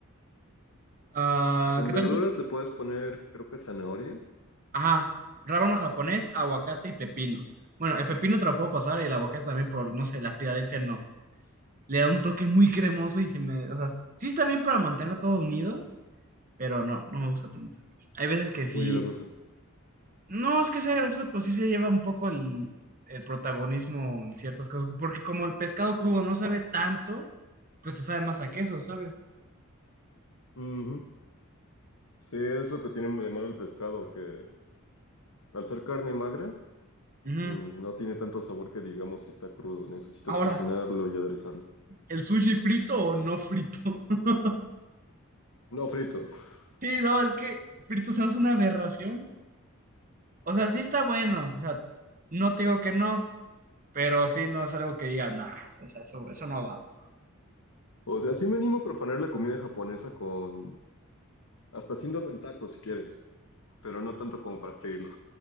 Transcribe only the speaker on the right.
Ah,
¿qué
tal? si-
Ajá, rábano japonés, aguacate y pepino. Bueno, el pepino te lo puedo pasar y el aguacate también por, no sé, la Filadelfia no. le da un toque muy cremoso y se me, o sea, sí está bien para mantenerlo todo unido, pero no, no me gusta tanto. Hay veces que sí,
no es que sea grasoso, pues sí se lleva un poco el, el protagonismo en ciertas cosas, porque como el pescado crudo no sabe tanto, pues te sabe más a queso, ¿sabes?
Ujú.
Ahora,
¿el sushi frito o no frito? <laughs>
Sí, no, es que frito se me hace una aberración. O sea, sí está bueno, o sea, no te digo que no, pero sí no es algo que diga, nah, o sea, eso, eso no va. bro".